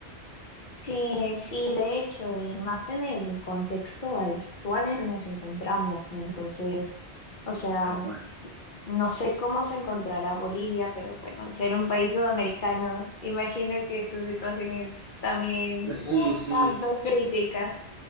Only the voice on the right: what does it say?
tal cual.
Pues
sí, sí,